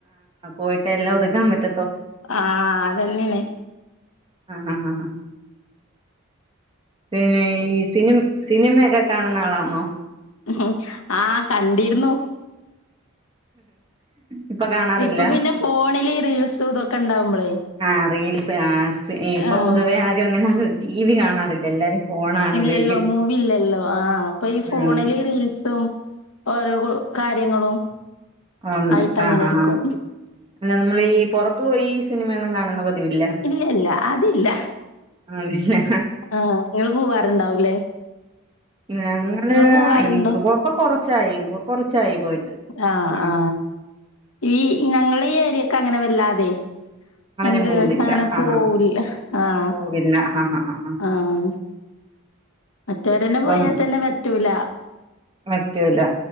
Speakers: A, on the right; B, on the left.
A: പോയിട്ട് എല്ലാം ഒതുക്കാൻ പറ്റ
B: ആഹ അതെന്നെയണെ
A: ആ് ഹ ഹ് പിന്നെ ഈ സിനി സിനിമയൊക്കെ കാണുന്ന ആളാണോ
B: ഉ ആ കണ്ടിരുന്നുു
A: ഇപ്പൊ കാണാറില്ല?
B: ഇപ്പൊ പിന്നെ ഫോണില് റീൽസും ഇതൊക്കെ ഇണ്ടാവുമ്പളേ
A: ആഹ് റീൽസ് ആഡ്സ്. ഇപ്പൊ
B: ആഹ്.
A: പൊതുവേ ആരും അങ്ങനെ ടി വി കാണാറില്ല എല്ലാരും ഫോണാണ് ഉപയ
B: ല്ലോ മൂവില്ലല്ലോ ആഹ് അപ്പൊ ഇ ഫോണില്
A: ഉം
B: റീൽസും ഓരോ കാര്യങ്ങളും.
A: ഉണ്ട്.
B: ആയിട്ട് അങ്ങനെ
A: ആഹ് ആഹ്
B: ഇരിക്കും.
A: അല്ല നമ്മൾ ഈ പൊറത്തു പോയി ഈ സിനിമയൊന്നും കാണുന്ന പതിവില്ല
B: ഇല്ലല്ല അതില്ല
A: ആണല്ലേ
B: ആഹ് ഇങ്ങള് പോവാറുണ്ടാവൂലേ
A: ഞങ്ങള്
B: ഇങ്ങള് പോവാറുണ്ടോ?
A: ആഹ് ഇപ്പ കൊറച്ചായി. ഇപ്പൊ കൊറച്ചായി പോയിട്ട്
B: ആ
A: ഉം
B: ആ. ഈ ഞങ്ങളെ ഈ ഏരിയെക്ക് അങ്ങനെ വല്ലാതെ <unintelligible>
A: ആരും പോകുന്നില്ല ആഹ്
B: പോവുല്ല
A: ആഹ്
B: ആഹ്
A: പോകില്ല ആഹ് ആഹ് ആഹ്
B: ആഹ് മറ്റവരന്നെ
A: അപ്പം
B: പോയാൽ തന്നെ പറ്റൂല.
A: പറ്റൂല